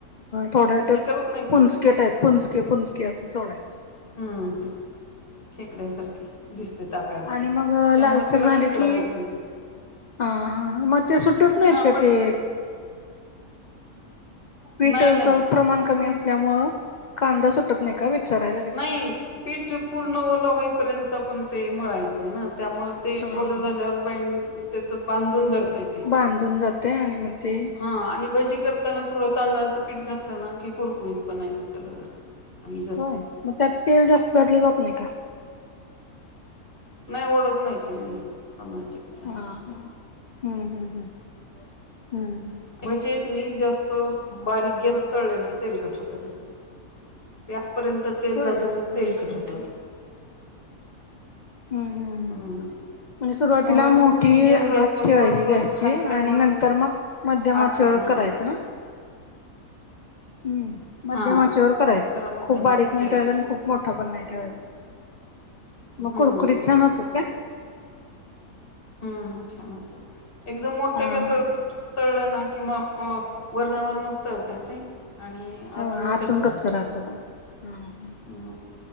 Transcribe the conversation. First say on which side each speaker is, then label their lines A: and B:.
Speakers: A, on the left; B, on the left.
A: थोड ते
B: हे करत नाही
A: पुंचके
B: का
A: टाईप. पुंचके पुंचके अस सोडायच.
B: हम्म खेकड्यासारखे दिसतात आकार
A: आणि
B: ते.
A: मग
B: त्यामुळे
A: लालसर
B: तिला
A: झाले
B: खेकडा
A: की
B: भजी म्हणतात.
A: हा हा मग ते सुटत नाहीत
B: हा
A: का
B: पण
A: ते पीठाच
B: नाही नाही
A: प्रमाण कमी असल्यामुळ कांदा सुटत नाही का विचाराय लागले.
B: नाही, पीठ पूर्ण ओल होईपर्यंत पण ते मळायचय ना. त्यामुळे ते
A: हा
B: ओल
A: हा.
B: झाल्यावर ब त्याच बांधून धरतय ते.
A: बांधून जाते आणि मग ते
B: हा आणि भजी करताना थोड तांदळाच पीठ घातल ना की, कुरकुरीत पण येतो त्याला‌ जरा आणि जास्त.
A: होय. मग त्यात तेल जास्त, दाटल जात नाही का?
B: नाही ओढत नाही तेल जास्त तांदळाच्या पिठाने.
A: हा हम्म हम्म हम्म हम्म
B: भजे कि नाही जास्त बारीक गॅसवर तळले ना की, तेलकट होतात जास्त. ते आत्तापर्यंत तेल
A: होय
B: जात.
A: हम्म
B: आणि मग तेलकट
A: हम्म.
B: होतात.
A: हम्म हम्म
B: हम्म
A: म्हणजे सुरुवातीला
B: म्हणून
A: मोठी
B: मीडियम
A: आच
B: गॅसवर
A: ठेवायची
B: थोडस
A: गॅसची.
B: हाय
A: आणि
B: फ्लेम वर
A: नंतर मग मध्यम
B: आचवर
A: आचेवर
B: हा
A: करायच ना. हम्म मध्यम
B: हा
A: आचेवर करायच.
B: जरा मध्यम
A: खूप बारीक
B: आच
A: नाही
B: ठेवायची
A: ठेवायचा. आणि खूप मोठ पण नाही
B: हम्म
A: ठेवायचा. मग
B: हम्म
A: कुरकुरीत छान
B: असं
A: होतात काय?
B: हम्म छान होतात. एकदम मोठ्या
A: हा
B: गॅसवर
A: हा.
B: तळल ना किंवा वरण वरणच तळतय ते. आणि
A: हम्म आतून
B: कच्च राहते.
A: कच रहात मग. हम्म
B: हम्म